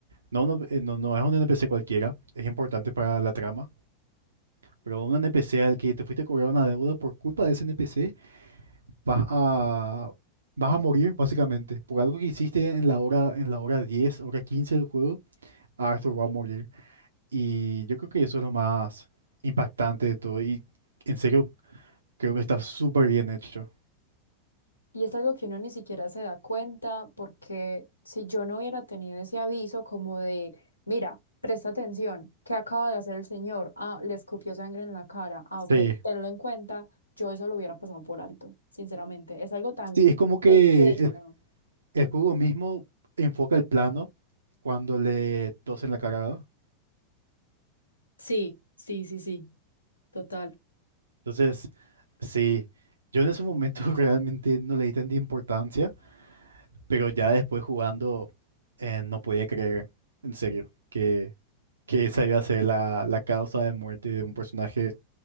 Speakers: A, on the right (about 70°); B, on the left (about 80°).
A: no, no, eh, no, no es un NPC cualquiera, es importante para la trama, pero un NPC al que te fuiste a cobrar una deuda por culpa de ese NPC, vas a, vas a morir básicamente por algo que hiciste en la hora, en la hora 10, hora 15 del juego, Arthur va a morir. Y yo creo que eso es lo más impactante de todo y en serio creo que está súper bien hecho.
B: Y es algo que uno ni siquiera se da cuenta porque si yo no hubiera tenido ese aviso como de, mira, presta atención, ¿qué acaba de hacer el señor? Ah, le escupió sangre en la cara. Ah,
A: Sí,
B: ok, tenlo en cuenta, yo eso lo hubiera pasado por alto, sinceramente. Es algo tan
A: sí, es como que
B: pequeño.
A: el, el juego mismo enfoca el plano cuando le tosen la cara, ¿verdad?
B: Sí, sí, sí, sí, total.
A: Entonces, sí, yo en ese momento <laughs> realmente no le di tanta importancia, pero ya después jugando eh, no podía creer, en serio, que, que esa iba a ser la, la causa de muerte de un personaje